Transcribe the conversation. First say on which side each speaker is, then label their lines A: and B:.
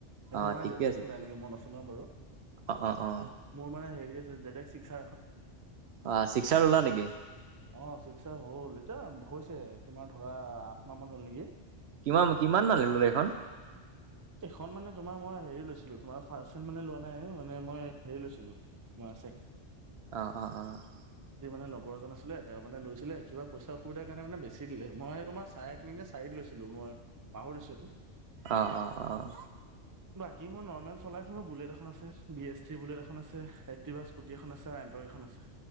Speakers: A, on the right (about 30°); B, on the right (about 65°).
A: এখন
B: অ
A: মানে
B: ঠিকে
A: দেউতাই
B: আছে
A: চলাই
B: ঠিকে
A: নেকি
B: আছে
A: মই নচলাও বাৰু
B: অ অ অ
A: মোৰ মানে হেৰি আছে জেনেক শিক্সা
B: অ ছিক্সাৰ ল'লা নেকি
A: অ শিক্ষা হলতি হৈছে তোমাৰ ধৰা আঠ মাহ মান হ'ল নেকি
B: কিমান- কিমান মানে ল'লে এইখন।
A: এখন মানে তোমাৰ মই হেৰি লৈছিলো তোমাৰ ফাৰ্ষ চ মানে লোৱা নাই মানে মই হে লৈছিলো তমাৰ
B: অ অ অ
A: <unintelligible> গৰজন আছিলে তেওঁ মানে লৈছিলে কিবাইচা অসুবিধাৰ কাৰণে মানে বেছি দে মই তোমাৰ চাৰনা চাৰি লৈছিলো ম পাহৰিছোটো।
B: অঁ অঁ অঁ
A: বাইকিংই নৰ্মেল চলাই বুলেট এখন আছে বি এছ টিৰ বুলেট এখনছে এক্টিভা স্কুটি এখন আছে এণ্ট্ৰ এখন আছে